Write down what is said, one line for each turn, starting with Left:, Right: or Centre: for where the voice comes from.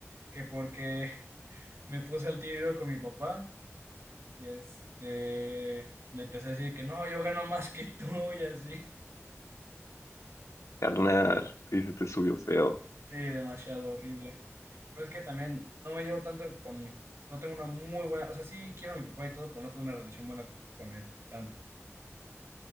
Right: Que porque me puse al tiro con mi papá y este, le empecé a decir que no, yo gano más que tú y así.
Left: Carnal, sí, se te subió feo.
Right: Sí, demasiado horrible. Pero es que también no me llevo tanto con, no tengo una muy buena, o sea, sí quiero a mi papá y todo, pero no tengo una relación buena con él tanto.